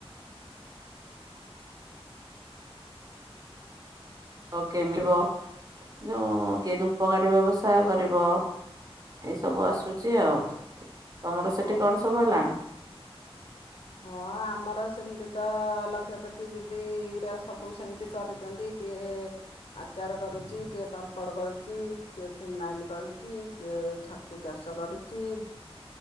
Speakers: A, on the right; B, on the left.
A: ଆଉ କେମିବ ଯୋଉ କେ ଧୂପକାଠି ବ୍ୟବସାୟ କରିବ। ଏସବୁ ଆସୁଚି ଆଉ ତମର ସେଠି
B: ଓ
A: କଣ ସବୁ ହେଲାଣି?
B: ହଁ ଆମର ସେମିତି ତ ଲକ୍ଷପତି ଦିଦି ର ସବୁ ସେମତି କରୁଚନ୍ତି। କିଏ। ଆଚାର କରୁଚି କିଏ ପାମ୍ପଡ଼ କରୁଚି କିଏ ଫିନାଇଲ୍ କରୁଚି କିଏ ଛ ତୁ ଚାଷ କରୁଚି